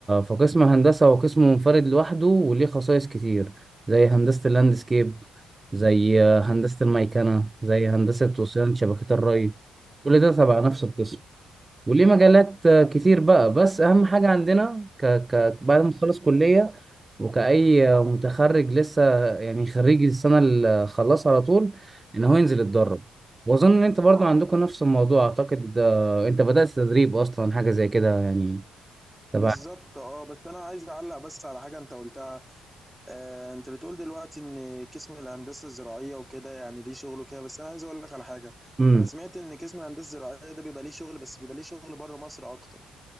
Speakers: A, on the right; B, in the centre.
A: فقسم هندسة هو قسم منفرد لوحده وليه خصائص كتير زي هندسة اللاندسكيب زي هندسة الميكنة زي هندسة وصيانة شبكات الري كل ده تبع نفس القسم وليه مجالات آه، كتير بقى بس اهم حاجة عندنا ك... ك... بعد ما تخلص كلية وكأي آه، متخرج لسه يعني خريج السنة اللي خلص على طول ان هو ينزل يتدرب واظن ان انت برضو عندكم نفس الموضوع اعتقد آه، انت بدأت تدريب اصلا حاجة زي كده يعني تبع
B: بالظبط اه بس انا عايز اعلق بس على حاجه انت قلتها آه انت بتقول دلوقتي ان قسم الهندسه الزراعيه وكده يعني ليه شغله كده بس انا عايز اقول لك على حاجه
A: امم
B: انا سمعت ان قسم الهندسه الزراعيه ده بيبقى ليه شغل بس بيبقى ليه شغل بره مصر اكتر